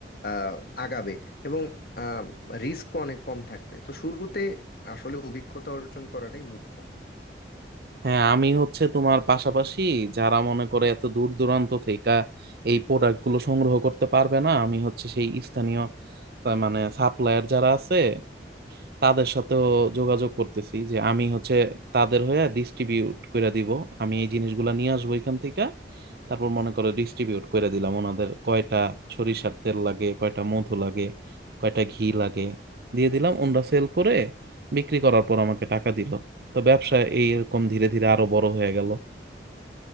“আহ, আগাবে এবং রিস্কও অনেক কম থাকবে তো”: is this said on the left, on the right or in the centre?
Left